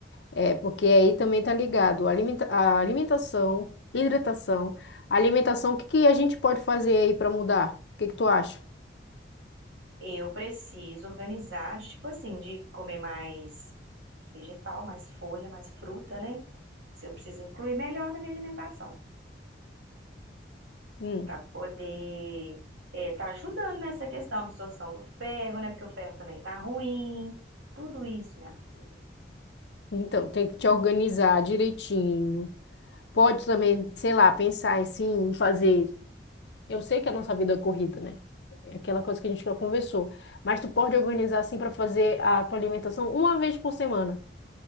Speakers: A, on the left; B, on the right.
A: É, porque aí também tá ligado. alimenta- A alimentação, hidratação. Alimentação, o que que a gente pode fazer aí para mudar? O que que tu acha?
B: Eu preciso organizar, de, tipo assim, de comer mais vegetal, mais folha, mais fruta, né? Se eu preciso incluir melhor na minha alimentação.
A: Hum.
B: para poder estar ajudando nessa questão, absorção do ferro, né? Porque o ferro também tá ruim. Tudo isso, minha filha.
A: Então, tem que te organizar direitinho. Pode também, sei lá, pensar assim, em fazer. Eu sei que a nossa vida é corrida, né? É aquela coisa que a gente já conversou. Mas tu pode organizar assim para fazer a tua alimentação uma vez por semana.